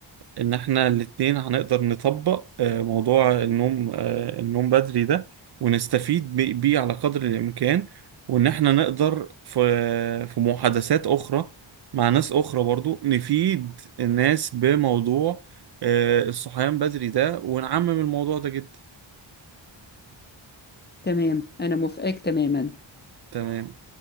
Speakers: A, on the right; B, on the left.
A: إن إحنا الاتنين هنقدر نطبق آه، موضوع النوم آه، النوم بدري ده ونستفيد بي- بيه على قدر الإمكان وإن إحنا نقدر في في محادثات أخرى مع ناس أخرى برضو نفيد الناس بموضوع آه، الصحيان بدري ده ونعمم الموضوع ده جدا
B: تمام أنا موافقاك تماما
A: تمام